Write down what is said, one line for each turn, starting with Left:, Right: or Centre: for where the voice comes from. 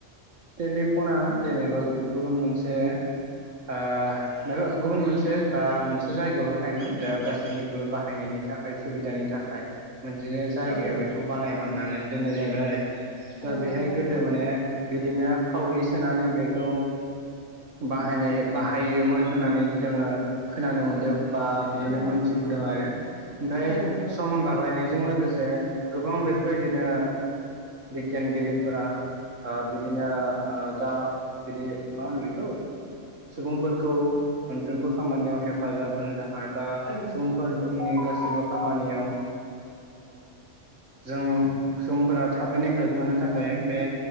Right: टेलिफना जेनेबा गुबुन मोनसे ओ माबा गुबुन मोनसे बा मोनसे जायगायावल' थायोमोन गासैनिबो बाहायनायनि थाखाय। सुबिदानि थाखाय मोनसे जायगायाव
Left: औ
Right: बेखौ बानायहरनानै दोननाय जायोमोन आरो। दा
Left: औ
Right: बेहाय
Left: नंगौ
Right: गोदो
Left: नोंथां
Right: माने बिदिनो खावरि सोनानै बेखौ बाहायनाय बाहायोमोन होननानै जोङो खोनानो मोनदों। बा बिदिनो
Left: औ
Right: मोनथिबोदों आरो। ओमफ्राय
Left: औ नंगौ
Right: सम बाग्लायनायजों लोगोसे गोबां बेफोरबायदिनो बिगियानगिरिफोरा ओ बिदिनो ओ गा बिदि मा होनो बेखौ सुबुंफोरखौ मोनफ्रोमबो खामानियाव हेफाजाब होनो थाखाय। बा
Left: ओं
Right: सुबुंफोरनि गासिबो खामानियाव जों सुबुंफोरा थाबैनो हेल्प मोननो थाखाय बे